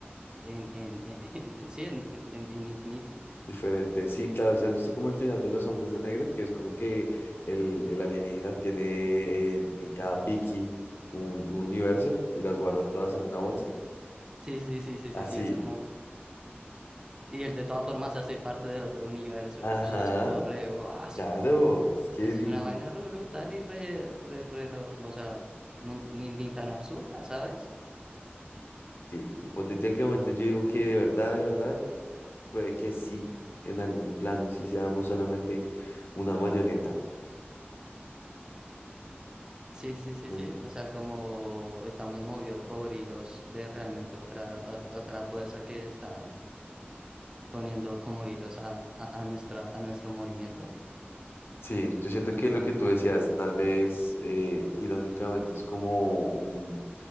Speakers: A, on the right; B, on the left.
A: en, en, en- <laughs> sí, en, en, en- en infinito?
B: Diferente, sí, claro, si has visto como el final de Los Hombres de Negro, que es como que el, el alienígena tiene en, en cada piqui un, un universo y las guarda todas en una bolsa.
A: Sí, sí, sí, sí,
B: Así,
A: sí, sí, es como, y él de todas formas se hace parte de otro universo,
B: ajá,
A: uff, es como re, ¡guau!
B: claro, es que
A: Es
B: di-
A: una vaina re brutal y re, re, re norm- o sea, no- ni, ni tan absurda, ¿sabes?
B: sí, hipotéticamente yo digo que de verdad, de verdad, puede que sí, en algún plano, sí seamos solamente una marioneta.
A: Sí, sí, sí,
B: Bueno,
A: sí. O sea, como estamos movidos por hilos de realmente otra, otra, otra fuerza que está poniendo como hilos a, a, a nuestra, a nuestro movimiento.
B: Sí, yo siento que lo que tú decías, tal vez eh, irónicamente es como un-